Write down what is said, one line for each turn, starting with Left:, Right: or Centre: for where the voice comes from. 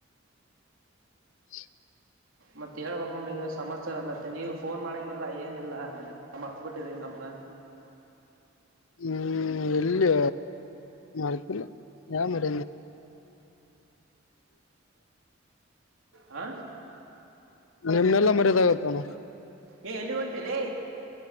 Left: <inaudible>
Right: ಮತ್ತೆ ಹೇಳ್ಬೇಕು ನೀ ಸಮ್ಯ ಮತ್ತೆ ನೀವವು ಫೋನ್ ಮಾಡಂಗಿಲ್ಲ ಏನಿಲ್ಲಲ್ಲ ಸಮರ್ ಬಿಟ್ಟ ರಿ ನಮ್ಮನ
Left: ಹ್ಮ್ ಎಲ್ಲಿ ಮಾಡಳ ಯಾ ಮರ
Right: ಆ
Left: ನಿಮ್ನೆಲ್ಲಾ ಮರ್ಯದಾಗತ್ತಾನ
Right: ಏ ಎಲ್ಲಿ ಉಂಟುಲ್ಲ